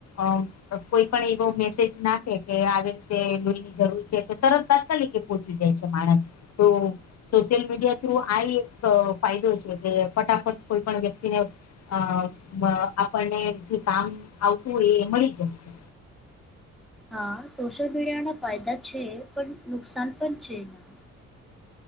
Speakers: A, on the left (about 60°); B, in the centre.
A: અમ કોઈ પણ એવો મેસેજ નાખે કે આવી રીતે લોહી ની જરૂર છે તો તરત તાત્કાલિક એ પહોંચી જાય છે માણસ તો સોશિયલ મીડિયા થ્રુ આ એક ફાયદો છે કે ફટાફટ કોઈ પણ વ્યક્તિને અ મ આપણને જે કામ આવતું હોય એ મળી જાય છે.
B: હા, સોશિયલ મીડિયા ના ફાયદા છે પણ નુકસાન પણ છે એના.